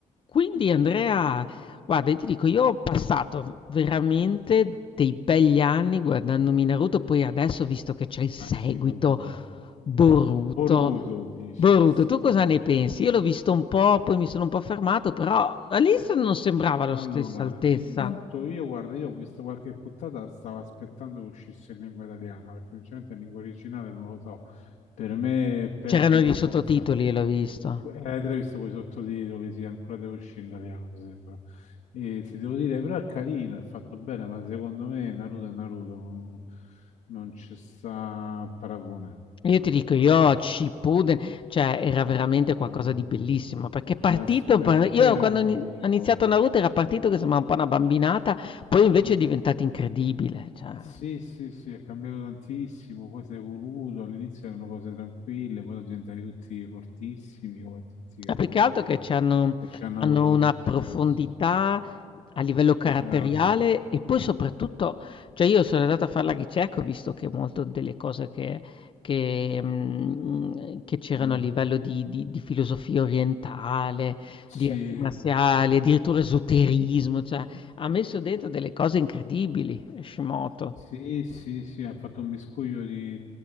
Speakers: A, on the left (about 40°); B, on the left (about 85°).
A: Quindi Andrea, guarda, io ti dico, io ho passato veramente dei begli anni guardandomi Naruto, poi adesso visto che c'è il seguito,
B: A chi lo dici?
A: Boruto,
B: Boruto dici?
A: Boruto,
B: Sì,
A: tu cosa ne
B: sì.
A: pensi? Io l'ho visto un po', poi mi sono un po' fermato, però all'inizio non sembrava la
B: Allora,
A: stessa altezza.
B: intanto io, guarda, io ho visto qualche puntata, stavo aspettando che uscisse in lingua italiana, perché sinceramente in lingua originale non lo so. Per me perde
A: C'erano gli
B: di
A: sottotitoli
B: cosa.
A: e l'ho visto.
B: Eh, te l'hai visto con i sottotitoli, sì, ancora devo uscire in italiano, mi sembra. E ti devo dire, però è carino, è fatto bene, ma secondo me Naruto è Naruto, non non ci sta paragone,
A: Io
B: non
A: ti
B: c'è
A: dico,
B: paragone.
A: io a Shippuden, cioè era veramente qualcosa
B: Poi,
A: di bellissimo, perché è partito,
B: eh, s- eh,
A: par- io
B: poi era
A: quando
B: il 9
A: ho ini-
B: vivo.
A: ho iniziato Naruto era partito che sembrava un po' una bambinata, poi invece
B: Mhm.
A: è diventato incredibile, cioè.
B: Sì, sì, sì, è cambiato tantissimo, poi si è evoluto, all'inizio erano cose tranquille, poi sono diventati tutti fortissimi, come tutti i cartoni
A: Ma più che altro che c'hanno
B: che ci hanno
A: hanno
B: avuto quel
A: una
B: successo.
A: profondità a livello caratteriale
B: Esatto.
A: e poi soprattutto cioè io sono andato a fare la ricerca, ho visto che molto delle cose che che, mhmm, che c'erano
B: Mm.
A: a livello di di di filosofia orientale,
B: Sì,
A: di arti marziali, addirittura esoterismo, cioè ha messo dentro delle cose incredibili Hashimoto.
B: sì, sì, sì, ha fatto un miscuglio di...